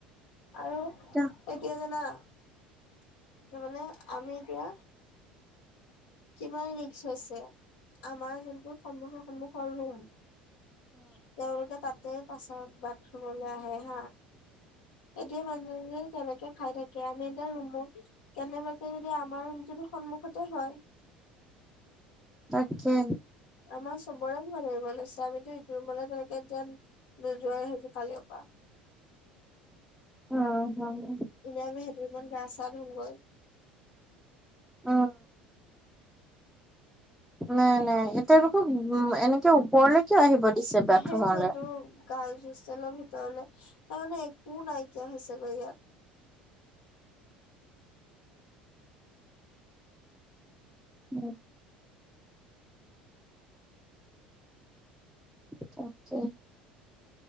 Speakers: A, on the left (about 60°); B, in the centre.
A: আৰু
B: উম,
A: এতিয়া জানা? নহ'লে মানে আমি এতিয়া কিমান ৰিক্স আছে আমাৰ যোনটো সন্মুখৰ সন্মুখৰ ৰুম। তেওঁলোকে তাতে পাছত বাথৰুমলৈ আহে হা। এতিয়া মানুহে তেনেকে খাই থাকে আমি এতিয়া ৰুমো কেনেবাকে যদি আমাৰ ৰুম তো সন্মুখতে হয়।
B: তাকে।
A: আমাৰ চবৰে কিমান ধৰি লাগছে আমিতো ইটো ৰুমলৈ তেনেকে যেন নোযোৱাই হৈছো কালিৰ পৰা।
B: অ' অ'।
A: এনে আমি সেইটো ৰুমত গা চা ধুম গৈ।
B: অ'। নাই নাই এ তেওঁলোকক উ এনেকে ওপৰলে কিয় আহিব দিছে বাথৰুমলে
A: সেইটোৱে তো। গাৰ্লছ হুষ্টেইলৰ ভিতৰলে তাৰ মানে একো নাইকিয়া হৈছে গৈ ইয়াত
B: উম। তাকে।